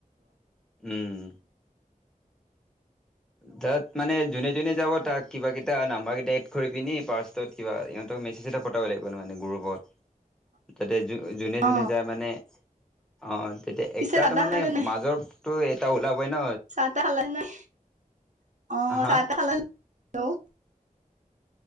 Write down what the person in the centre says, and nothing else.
উম। তাত মানে যোনে যোনে যাব, তাক কিবা কিটা নাম্বাৰকেইটা এদ কৰি পিনি পাৰষ্টত কিবা ইহঁত মেছেজ এটা কতাব লাগিব ন মানে গ্ৰুপত। তাতে যো যোনে যোনে
যায় মানে, অঁ তেতিয়া
একটা
ত'
মানে
মাজৰ টো, এটা ওলাবই ন?
হা